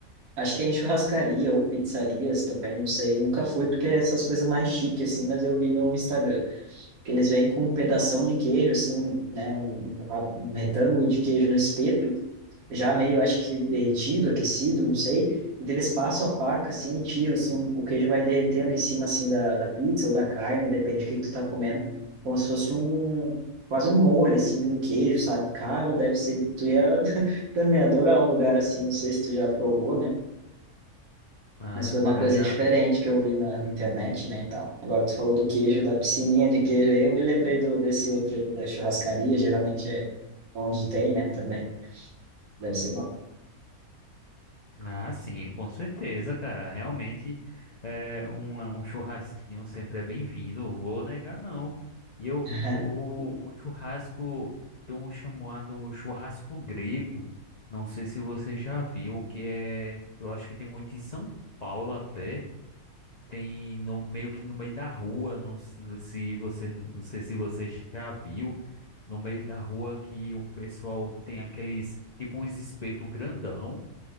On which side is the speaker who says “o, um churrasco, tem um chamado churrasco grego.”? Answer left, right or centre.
Left